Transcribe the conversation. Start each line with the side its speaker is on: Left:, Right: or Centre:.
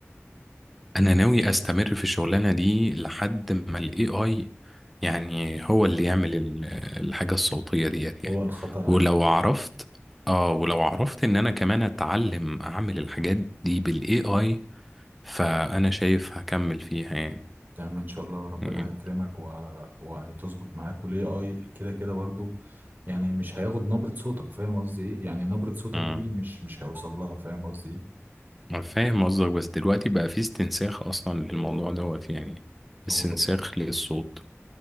Centre: أنا ناوي أستمر في الشغلانة دي لحد ما ال AI يعني هو اللي يعمل ال- الحاجة الصوتية ديت يعني
Right: هو الخطر عليك
Centre: ولو عرفت اه ولو عرفت ان انا كمان اتعلم اعمل الحاجات دي بالاي اي فأنا شايف هكمل فيها يعني
Right: يا عم ان شاء الله ربنا
Centre: يعني
Right: هيكرمك و... وهتظبط معاك والاي اي كده كده برضو يعني مش هياخد نبرة صوتك فاهم قصدي ايه يعني نبرة صوتك
Centre: مم.
Right: دي مش مش هيوصل لها فاهم قصدي ايه
Centre: أنا فاهم قصدك بس دلوقتي بقى في استنساخ أصلا للموضوع دوت يعني
Right: هو
Centre: استنساخ
Right: رب-
Centre: للصوت